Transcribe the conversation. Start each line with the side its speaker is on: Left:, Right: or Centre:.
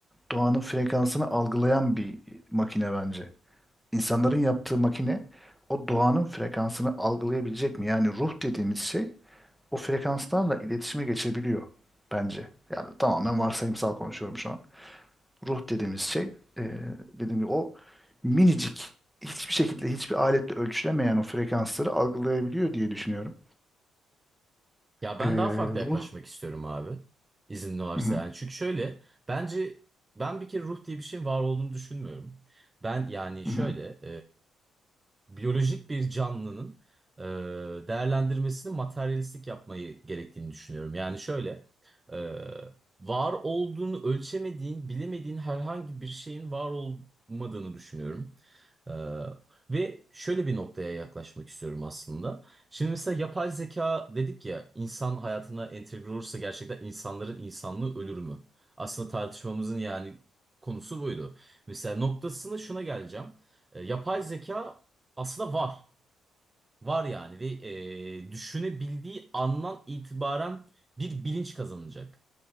Centre: doğanın frekansını algılayan bir makine bence. İnsanların yaptığı makine o doğanın frekansını algılayabilecek mi? Yani ruh dediğimiz şey o frekanslarla iletişime geçebiliyor bence. Yani tamamen varsayımsal konuşuyorum şu an. Ruh dediğimiz şey e, dediğim gibi o minicik hiçbir şekilde hiçbir aletle ölçülemeyen o frekansları algılayabiliyor diye düşünüyorum.
Right: Ya ben
Centre: Ee,
Right: daha farklı
Centre: ruh.
Right: yaklaşmak istiyorum abi. İzin varsa
Centre: Hı hı,
Right: yani. Çünkü şöyle bence ben bir kere ruh diye bir şeyin var olduğunu düşünmüyorum. Ben yani
Centre: hı
Right: şöyle
Centre: hı.
Right: biyolojik bir canlının e, değerlendirmesini materyalistik yapmayı gerektiğini düşünüyorum. Yani şöyle, e, var olduğunu ölçemediğin, bilemediğin herhangi bir şeyin var olmadığını düşünüyorum. E, ve şöyle bir noktaya yaklaşmak istiyorum aslında. Şimdi mesela yapay zeka dedik ya, insan hayatına entegre olursa gerçekten insanların insanlığı ölür mü? Aslında tartışmamızın yani konusu buydu. Mesela noktasını şuna geleceğim. E, Yapay zeka aslında var. Var yani ve e, düşünebildiği andan itibaren bir bilinç kazanacak.